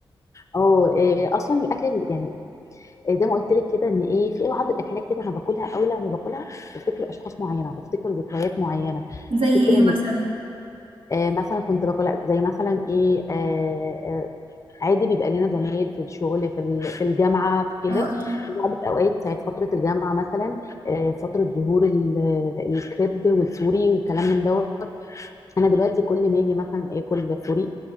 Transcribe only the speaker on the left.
اه آه، اصلا الاكل يعني آه، زي ما قلت لك كده ان ايه في بعض الاكلات كده انا باكلها اول لما باكلها بفتكر اشخاص معينه بفتكر ذكريات معينه
بفتكر
ان
آه، مثلا كنت باكل لأ، زي مثلا ايه آه، آه، عادي بيبقى لنا زمايل في الشغل في ال- في الجامعه في كده
في بعض الاوقات ساعه فتره الجامعه مثلا آه، فتره ظهور ال- الكريب والسوري والكلام من دوت انا دلوقتي كل ما اجي مثلا اكل سوري